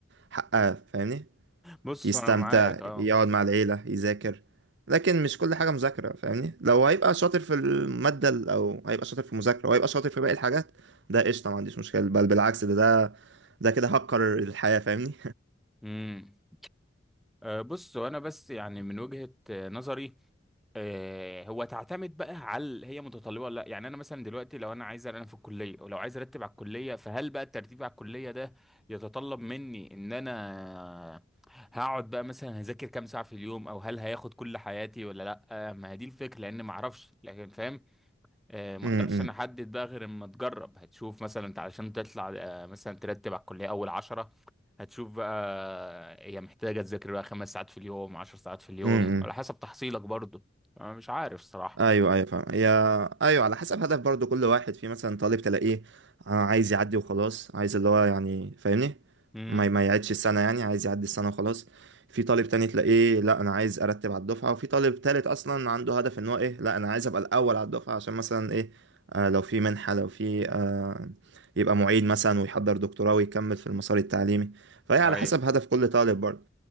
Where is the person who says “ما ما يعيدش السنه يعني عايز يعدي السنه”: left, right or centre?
Right